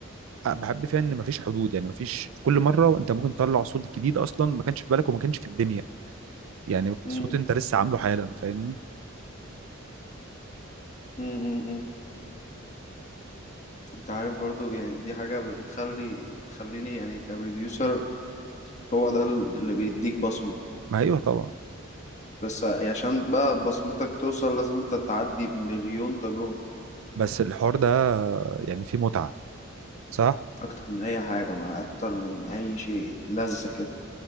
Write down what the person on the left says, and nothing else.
امم
امم امم امم. انت عارف برضو يعني دي حاجة بتخلي بتخليني يعني كبروديوسر هو ده اللي بيديك بصمة
بس يعني عشان بقى بصمتك توصل لازم انت تعدي بمليون تجربة
اكتر من اي حاجة مع اكتر من اي شيء لذة كده